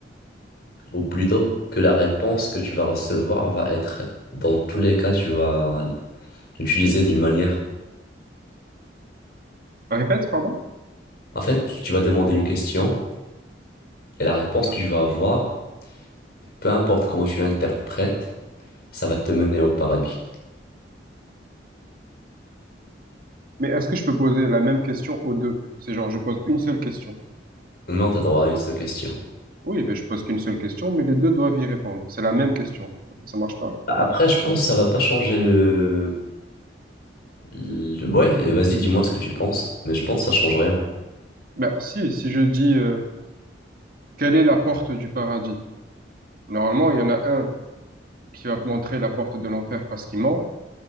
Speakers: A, on the left; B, on the right.
A: Ou plutôt que la réponse que tu vas recevoir va être, dans tous les cas, tu vas l'utiliser d'une manière.
B: Répète, pardon?
A: En fait, tu vas demander une question et la réponse que tu vas avoir, peu importe comment tu l'interprètes, ça va te mener au paradis.
B: Mais est-ce que je peux poser la même question aux deux? C'est genre, je pose une seule question.
A: Non, t'as droit à une seule question.
B: Oui, mais je pose qu'une seule question, mais les deux doivent y répondre. C'est la même question. Ça marche pas?
A: Après, je pense que ça va pas changer le... le... Ouais, vas-y, dis-moi ce que tu penses. Mais je pense que ça change rien.
B: Ben, si, si je dis, euh, quelle est la porte du paradis? Normalement, il y en a un qui va montrer la porte de l'enfer parce qu'il ment,